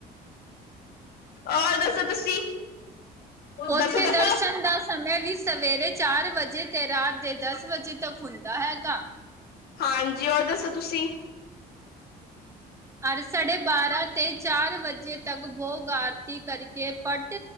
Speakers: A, on the left; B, on the right.
A: <unintelligible> ਤੁਸੀਂ
B: ਓਥੇ
A: ਦੱਸੋ ਦੱਸੋ
B: ਦਰਸ਼ਨ ਦਾ ਸਮੈ ਵੀ ਸਵੇਰੇ ਚਾਰ ਵਜੇ ਤੇ ਰਾਤ ਦੇ ਦਸ ਵਜੇ ਤਕ ਹੁੰਦਾ ਹੈਗਾ।
A: ਹਾਂਜੀ, ਹੋਰ ਦੱਸੋ ਤੁਸੀਂ?
B: ਹਰ ਸਾਡੇ ਬਾਰਾਂ ਤੇ ਚਾਰ ਵਜੇ ਤੱਕ ਬੋਗ ਆਰਤੀ ਕਰਕੇ ਪੱਟ